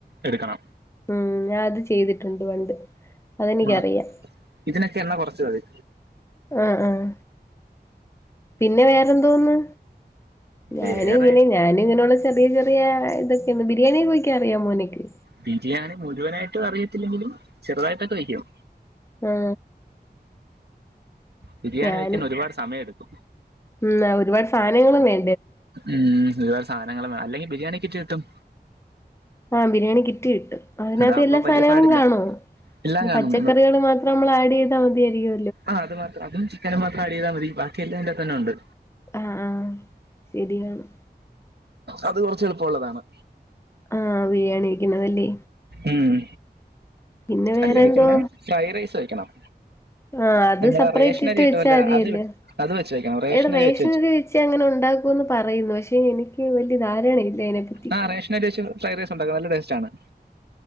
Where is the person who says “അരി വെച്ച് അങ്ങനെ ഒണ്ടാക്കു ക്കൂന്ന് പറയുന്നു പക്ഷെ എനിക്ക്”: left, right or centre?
Left